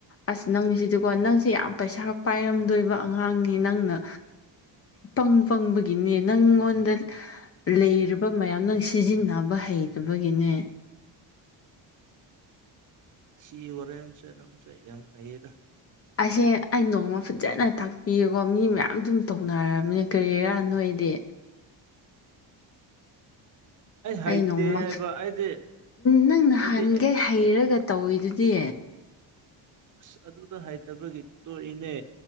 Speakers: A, on the left; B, on the right.
A: ꯑꯁ ꯅꯪꯁꯤꯗꯤꯀꯣ ꯅꯪꯁꯦ ꯌꯥꯝ ꯄꯩꯁꯥ ꯄꯥꯏꯔꯝꯗꯣꯏꯕ ꯑꯉꯥꯡꯅꯤ ꯅꯪꯅ ꯄꯪ ꯄꯪꯕꯒꯤ ꯒꯤꯅꯦ ꯅꯪꯉꯣꯟꯗ ꯂꯩꯔꯕ ꯃꯌꯥꯝ ꯅꯪ ꯁꯤꯖꯤꯟꯅꯕ ꯍꯩꯇꯕꯒꯤꯅꯦ
B: ꯁꯤ ꯋꯥꯔꯦꯝ ꯌꯥꯝ ꯍꯩꯌꯦꯗ
A: ꯑꯁꯦ ꯑꯩ ꯅꯣꯡꯃ ꯐꯖꯅ ꯇꯥꯛꯄꯤꯒꯦꯀꯣ ꯃꯤ ꯃꯌꯥꯝ ꯑꯗꯨꯝ ꯇꯧꯅꯔꯝꯅꯦ ꯀꯔꯤꯔꯥ ꯅꯣꯀ ꯏꯗꯤ
B: ꯍꯩꯇꯦ
A: ꯑꯩ ꯅꯣꯡꯃ
B: ꯍꯥꯏꯕ ꯑꯩꯗꯤ
A: ꯅꯪ ꯅꯍꯥꯟꯒꯩ
B: ꯑꯩꯗꯤ
A: ꯍꯩꯔꯒ ꯇꯧꯋꯤꯗꯨꯗꯤ
B: ꯑꯁ ꯑꯗꯨꯗ ꯍꯩꯇꯕꯒꯤ ꯇꯣꯛꯏꯅꯦ